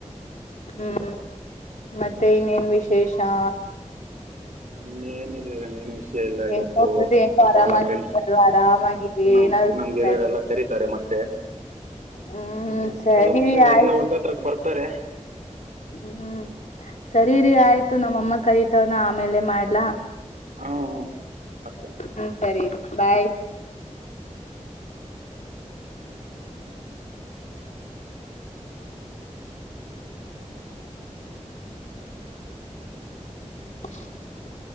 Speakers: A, on the left; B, on the right.
A: ಹ್ಮ್ ಮತ್ತೆ ಇನ್ೇನ್ ವಿಶೇಷ? ಹಾ
B: ಹ್ಮ ಏನ್ ಇದೀರಾ ಏನ್ ವಿಷಯ? ಎಲ್ಲ
A: ಹೆಂಗ
B: ಇವತ್ತು
A: ಹೋಗ್ಬಿಟ್ಟು ಹೆಂಗೋ
B: ಒಬ್ಬ
A: ಆರಾಮಾಗಿಲ್ವಾ
B: ಎಲ್ಲ ಫೆಂಡ್
A: ಆರಾಮಾಗಿರಿ
B: ನಮ
A: ಏನಾದ್ರು
B: ನಮ್ಗೆಗೆಲ್ಲರೆ ಎಲ್ಲ ಕರೀತಾರೆ ಮತ್ತೆ
A: ಹ್ಮ್
B: ಕ
A: ಸರಿ
B: ಮ
A: ಆಯ್ತು
B: ಎಲ್ಲ ಒದ ಹತ್ರಕ್ಕೆ ಬರ್ತಾರೆ.
A: ಹ್ಮ್ ಸರಿೀರಿ ಆಯ್ತು ನಮ್ಮಮ್ಮ ಕರತವನ ಆಮೇಲೆ ಮಾಡ್ಲಾ
B: ಹಾ ಮತ್ತೆ ಮಾಡಿ
A: ಹ್ಮ್ ಸರಿ ಬಾಯ್? <unintelligible>